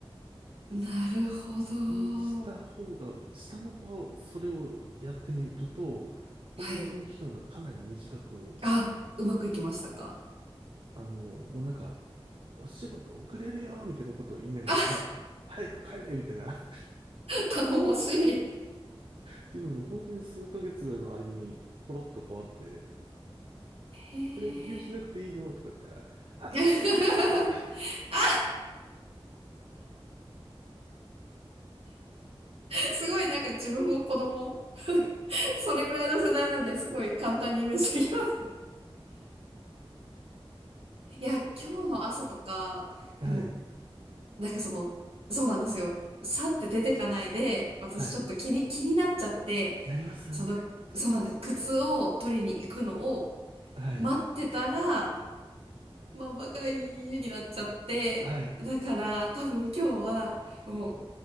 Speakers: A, on the right; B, on the right.
A: あ、なるほど。
B: <laughs> にした方が、下の子がそれをやってみると、本当にその期間がかなり短く、
A: はい。あ、うまくいきましたか
B: あの、もうなんか、お仕事遅れるよみたいなことを言いながら、
A: あ、
B: <laughs> 早く帰れみたいな <laughs> っ
A: 頼もしい。
B: ていうのに、本当に数ヶ月ぐらいの間に、コロッと変わって、
A: へえ。
B: あれ、牛しなくていいのとか言ったら、赤ちゃんじゃないとか
A: <laughs>
B: <laughs>
A: あ、すごい、なんか自分も子供、<laughs> それぐらいの世代なんで、すごい簡単にイメージできます。いや、今日の朝とか、
B: はい、
A: もうなんかその、そうなんですよ。さって出てかないで、私ちょっと気に、
B: はい、
A: 気になっちゃって、
B: なりますよね。
A: その、そうなんです。靴を取りに行くのを
B: はい、
A: 待ってたら、ママが家になっちゃって、
B: はい、
A: だから多分今日は、もう、